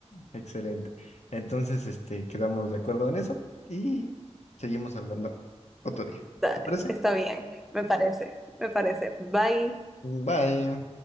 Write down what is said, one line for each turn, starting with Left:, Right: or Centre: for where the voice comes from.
Left: Excelente. Entonces, este, quedamos de acuerdo en eso y seguimos hablando otro día.
Centre: Dale,
Left: ¿Te parece?
Centre: está bien, me parece, me parece. Bye.
Left: Bye.